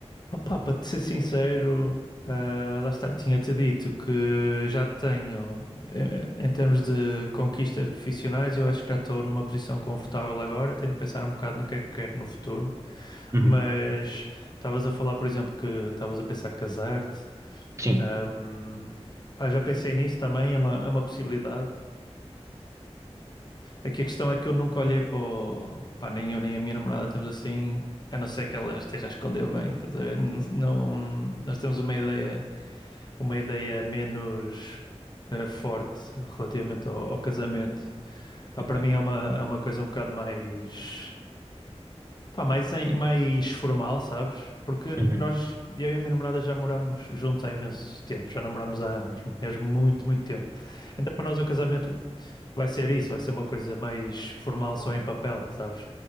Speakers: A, on the left; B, on the right.
A: opá, para te ser sincero, ah, lá está, tinha-te dito que já tenho, eh, em termos de conquistas profissionais, eu acho que já estou numa posição confortável agora, tenho de pensar um bocado no que é que quero no futuro,
B: Uhum.
A: mas estavas a falar, por exemplo, que estavas a pensar casar-te,
B: Sim,
A: Um, pá, já pensei nisso também, é uma, é uma possibilidade. Aqui a questão é que eu nunca olhei para o... Pá, nem eu nem a minha namorada temos assim, a não ser que ela esteja a esconder bem, estás a ver? Não, não- nós temos uma ideia, uma ideia menos eh, forte relativamente ao, ao casamento. Pá,
B: ok.
A: para mim é uma, é uma coisa um bocado mais, pá, mais, em- mais formal, sabes? Porque
B: Uhum.
A: nós, eu e a minha namorada já moramos juntos há imenso tempo, já namoramos há anos, mesmo muito, muito tempo. Então para nós o casamento Vai ser isso, vai ser uma coisa mais formal só em papel, sabes?